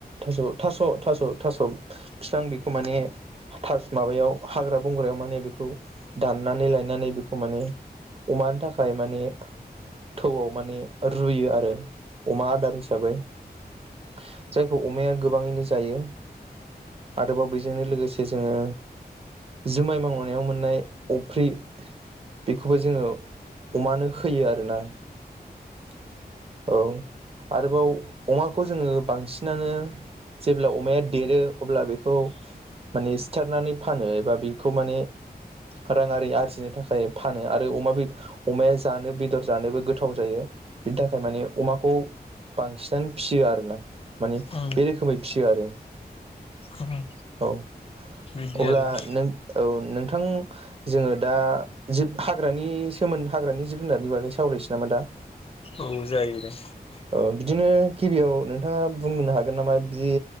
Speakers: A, on the right; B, on the left.
A: थास' थास' थास' थास' फिफां माने थास माबायाव हाग्रा बंग्रायाव माने बेखौ दाननानै लाय लायनानै बेखौ माने अमानि थाखाय माने थौआव माने रुयो आरो । अमा आदार हिसाबै । जायखौ अमाया गोबाङैनो जायो आरोबाव बैजोंनो लोगोसे जोङो जुमाय मावनायाव मोननाय अफ्रि बेखौबो जोङो अमानो होयो आरोना । औ । आरोबाव अमाखौ जोङो बांसिनानो जेब्ला अमाया देरो अब्ला बेखौ माने सिथारनानै फानो एबा बेखौ माने राङारि आरजि जिनो थाखाय फानो आरो अमा बे अमाया जानो बेदर जानोबो गोथाव जायो बिनि थाखाय माने अमाखौ बांसिनानो फिसियो आरोना । माने
B: औ
A: बे रोखोमै फिसियो आरो ।
B: औ
A: <inaudible> औ
B: बिदि
A: अब्ला
B: आरोना
A: नों औ नों । थां जोङो दा जिब हाग्रानि सोमोन्दै हाग्रानि जिब जुनारनि बागै सावरायसै नामा दा ।
B: औ जायो दे ।
A: औ बिदिनो गिबियाव नोंथाङा बुंनो हागोन नामा बि